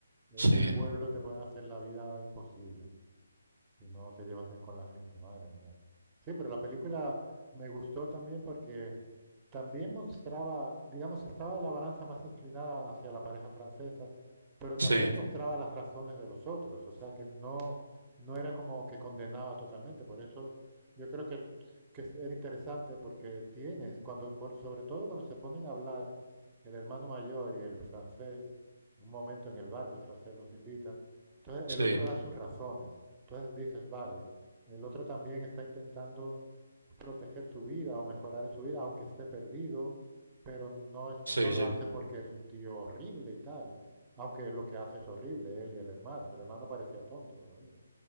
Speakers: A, on the right; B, on the right.
A: En
B: Sí,
A: un pueblo te pueden hacer la vida imposible si no te llevas bien con la gente, madre mía. Sí, pero la película me gustó también porque también mostraba, digamos, estaba la balanza más inclinada hacia la pareja francesa, pero también
B: sí,
A: mostraba las razones de los otros, o sea que no, no era como que condenaba totalmente, por eso yo creo que, que es- era interesante porque tienes, cuando, por, sobre todo cuando se ponen a hablar el hermano mayor y el francés, un momento en el bar que el francés los invita, entonces
B: sí,
A: el otro da sus razones. Entonces dices, vale, el otro también está intentando proteger su vida o mejorar en su vida, aunque esté perdido, pero no, es,
B: sí,
A: no
B: sí.
A: lo hace porque es un tío horrible y tal. Aunque lo que hace es horrible, él y el hermano, que el hermano parecía tonto, pero mira.